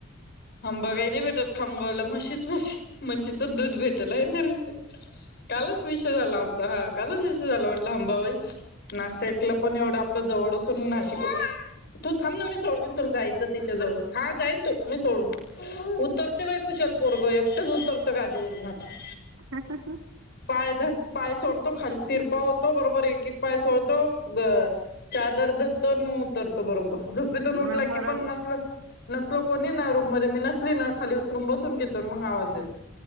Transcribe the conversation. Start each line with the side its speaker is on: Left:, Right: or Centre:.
Left: आंबा काही नाही भेटत खामगावलं म्हशीच म्हशी म्हशीच दूध भेटल आहे ना रे.
Right: ह
Left: कालच विषय झाला आमचा हा कालच विषय झाला म्हटलं हंबाबाई नाश ऐकलं पण एवढं आप जवळ डून नािक तू थांब ना मी सोडतेन तुला जायचं तिच्या जवळ हा जाईन तू मी सोडून उतरते बाई कुशाल पोरग एकटंच उतरतं गादीवरून आता
Right: ह ह ह
Left: पायर पाय सोडतो खाली तिरपा होतो बरोबर एक एक पाय सोडतो ग चादर धरतो मग उतरतो बरोबर झोपतून उठला
Right: मग बरो
Left: की पण नसल नसल कोणी नार मध्ये मी नसली ना खाली उतरून बसून घेतो मग आवाज देतो